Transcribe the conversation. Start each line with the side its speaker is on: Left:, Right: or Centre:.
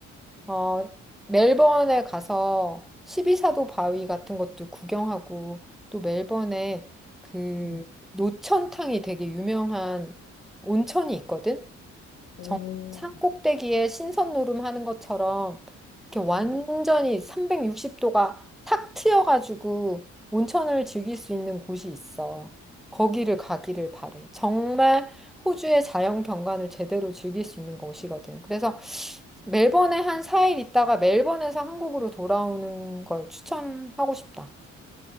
Centre: 어, 멜번에 가서 십이사도 바위 같은 것도 구경하고, 또 멜번에 그
Left: 응,
Centre: 노천탕이 되게 유명한 온천이 있거든?
Left: 오.
Centre: 정- 산 꼭대기에 신선 노름하는 것처럼 이렇게 완전히
Left: 응,
Centre: 360도가 탁 트여가지고 온천을 즐길 수 있는 곳이 있어. 거기를 가기를 바래. 정말 호주의 자연 경관을 제대로 즐길 수 있는 곳이거든. 그래서 멜번에 한 4일 있다가 멜번에서 한국으로 돌아오는 걸 추천하고 싶다.